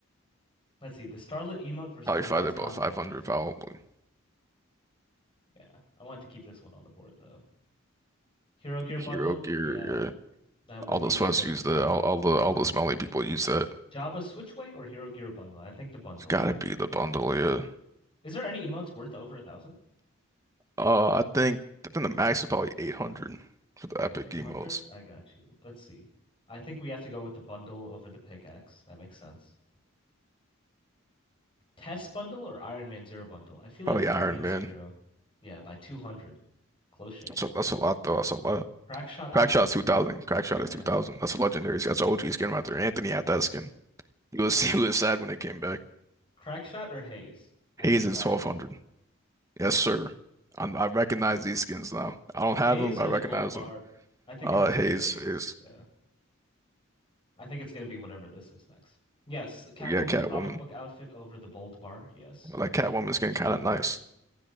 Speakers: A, on the left; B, on the right.
A: Let's see, the Starlit emote versus
B: Probably
A: Leon's
B: five. They're
A: combat
B: both 500
A: knife.
B: probably.
A: Yeah, I want to keep this one on the board though. Hero Gear
B: Hero
A: bundle?
B: Gear.
A: Yeah,
B: Yeah.
A: that would
B: All those
A: be more
B: fuss
A: than
B: use
A: Starlit.
B: the all, all the all the smelly people use that.
A: Jabba Switchway or Hero Gear Bundle? I think the bundle.
B: It's gotta be the bundle. Yeah.
A: Is there any emotes worth over a thousand?
B: Uh, I think I think the max is probably 800 for the epic
A: Eight
B: emotes.
A: hundred? I got you. Let's see. I think we have to go with the bundle over the pickaxe. That makes sense. Test bundle or Iron Man Zero bundle? I feel like
B: Probably
A: Iron
B: Iron
A: Man
B: Man.
A: Zero. Yeah, by 200. Close shave.
B: That's a, that's a lot though. That's a lot.
A: Crackshot outfit?
B: Crackshot's 2000. Crackshot
A: Yeah.
B: is 2000. That's a legendary. That's an OG skin right there. Anthony had that skin. He was <laughs> he was sad when it came back.
A: Crackshot or Haze? I think
B: Hayes
A: Crackshot.
B: is 1200. Yes, sir. I, I recognize these skins now. I don't have
A: Haze
B: them, but
A: or
B: I
A: the
B: recognize
A: gold bar?
B: them.
A: I think
B: Uh,
A: it has
B: Hayes
A: to be Haze.
B: is
A: Yeah. I think it's going to be whatever this is next. Yes, Catwoman
B: yeah, Catwoman.
A: comic book outfit over the bold bar. Yes.
B: Like Catwoman skin, kind of nice.